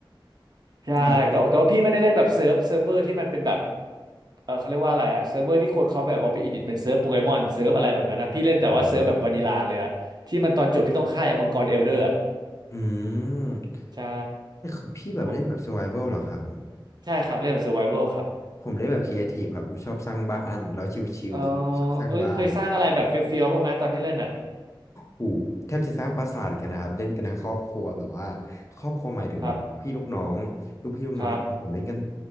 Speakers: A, on the right; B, on the left.
A: ใช่แต่แต่ว่าพี่ไม่ได้เล่นแบบเซิร์ฟเซิร์ฟเวอร์ที่มันเป็นแบบ
B: แล้ว
A: เออเขาเรียกว่าอะไรอะเซิร์ฟเวอร์ที่คนเขาแบบว่าไปอิดิทเป็นเซิร์ฟโปเกมอนเซิร์ฟอะไรแบบนั้นนะพี่เล่นแต่ว่าเซิร์ฟแบบวานิลาเลยอะที่มันตอนจบที่ต้องฆ่าไอ้มังกรเอลเดอร์อะ
B: อ่าอืม
A: ใช่
B: นี่คือพี่แบบเล่นแบบ
A: เพราะ
B: survival เหรอครับผม
A: ใช่ครับเล่นแบบเซอร์ไวเวอร์ครับ
B: ผมเล่นแบบ creative ครับผมชอบสร้างบ้านแล้วชิวๆครับชอบสร้างบ้าน
A: เออเอ้ยเคยสร้างอะไรแบบเฟี้ยวๆบ้างไหมตอนที่เล่นอะ
B: กูแทบจะสร้างปราสาทกันนะครับเล่นกันทั้งครอบครัวแบบว่าครอบครัวหมายถึงว่าพี่ลูกน้องลูกพี่ลูกน้องแต่ผมเล่นกัน
A: ครับครับ